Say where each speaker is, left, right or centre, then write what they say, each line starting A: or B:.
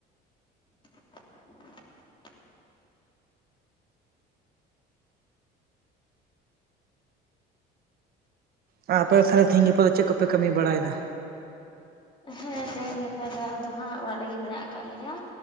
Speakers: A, on the left (about 25°); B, on the right (about 50°).
A: <inaudible>
B: ᱟᱯᱮ ᱫᱚ ᱛᱟᱦᱞᱮ ᱛᱤᱦᱤᱧ ᱜᱟᱯᱟ ᱫᱚ ᱪᱮᱜ ᱠᱚᱯᱮ ᱠᱟᱹᱢᱤ ᱵᱟᱲᱟᱭ ᱫᱟ?
A: ᱦᱮᱸ ᱛᱮᱦᱮᱧ ᱜᱟᱯᱟ ᱫᱚ ᱟᱫᱚ ᱦᱟᱸᱜ ᱚᱲᱟᱜ ᱨᱮᱜᱮ ᱢᱮᱱᱟᱜ ᱟᱠᱟᱜ ᱞᱮᱭᱟ